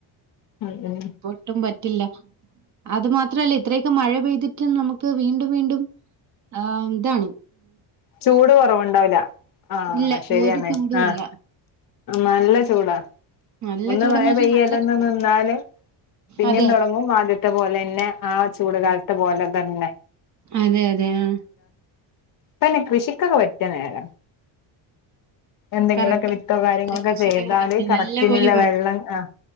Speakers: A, on the left; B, on the right.
A: അതെ ഉം
B: ഒട്ടും പറ്റില്ല അത് മാത്രല്ല ഇത്രയൊക്കെ മഴ പെയ്തിട്ടും നമുക്ക് വീണ്ടും വീണ്ടും ആഹ് ഇതാണ്
A: ചൂട് കൊറവുണ്ടാവില്ല ആഹ്
B: ഇല്ല
A: ശരിയണ്
B: ഒരു ചൂടും
A: ആഹ്
B: ഇല്ല.
A: നല്ല ചൂടാ
B: നല്ല
A: ഒന്ന്
B: ചൂടെന്ന്
A: മഴ
B: വെച്ചാൽ
A: പെയ്യല്
B: നല്ല ചൂട്.
A: നിന്നാല് പിന്നെയും
B: അതെ
A: തൊടങ്ങും മ ആദ്യ ത്തെ പോലെന്നെ ആ ചൂടുകാലത്തെ പോലെ തന്നെ
B: അതെ അതെ ആഹ്
A: ഇപപിന്നെ കൃഷിക്കൊക്കെ പറ്റിയ നേര എന്തെങ്കിലൊക്കെ
B: കറക്റ്റ്.
A: വിത്തോ കാര്യങ്ങളൊക്കെ
B: കൃഷിക്കൊക്കെ
A: ചെയ്താല്
B: പറ്റിയ
A: കറക്റ്റിനില്
B: നല്ല പോലെ വെ
A: വെള്ളം ആഹ്